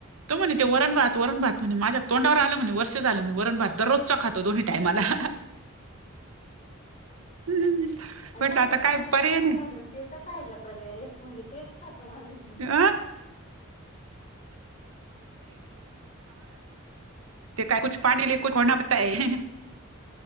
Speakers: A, on the right; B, on the left.
A: तो म्हणे ते वरणभात वरणभात म्हणे माझ्या तोंडावर आलं म्हणे वर्ष झालं मी वरणभात दररोज चौ खातो दोन्ही टाइमाला. हम्म.
B: आणि
A: म्हटलं
B: भाज्या
A: आता
B: चांगल्या
A: काय पर्याय
B: नसता
A: नाही
B: म्हणून. ते तर खायला पर्याय म्हणजे तेच खातो माणूस.
A: <inaudible> ते काय कुछ खाने के लिये कुछ खोना पडता है.